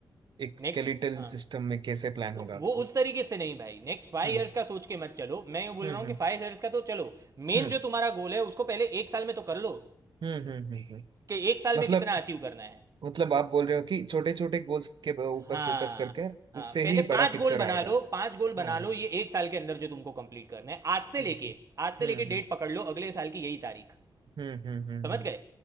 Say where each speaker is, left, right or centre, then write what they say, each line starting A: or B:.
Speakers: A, on the right (about 65°); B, on the right (about 40°).
A: एक
B: नेक्स्ट
A: स्केलेटल
B: हाँ
A: सिस्टम में कैसे प्लान
B: तो
A: होगा आपका
B: वो उस तरीके से नहीं भाई नेक्स्ट फाइव
A: हम्म
B: इयर्स का सोच के मत चलो मैं ये बोल
A: हम्म
B: रहा हूँ
A: हम्म
B: कि फाइव इयर्स का तो चलो मेन
A: हम्म
B: जो तुम्हारा गोल है उसको पहले एक साल में तो कर लो
A: हम्म हम्म हम्म, हम्म।
B: कि एक साल में
A: मतलब
B: कितना अचीव करना है
A: मतलब आप बोल रहे हो कि छोटे छोटे गोल्स के ब- ऊपर
B: हाँ
A: फोकस करके
B: हाँ
A: उससे
B: पहले
A: ही बड़ा
B: पांच
A: पिक्चर
B: गोल बना
A: आएगा
B: लो पांच गोल बना
A: हाँ हाँ
B: लो ये एक साल के अंदर जो तुमको कंप्लीट करना है आज से
A: हम्म
B: लेके
A: हम्म
B: आज से
A: हम्म
B: लेके
A: हम्म
B: डेट पकड़ लो अगले साल की यही तारीख
A: हम्म हम्म हम्म,
B: समझ
A: हम्म।
B: गए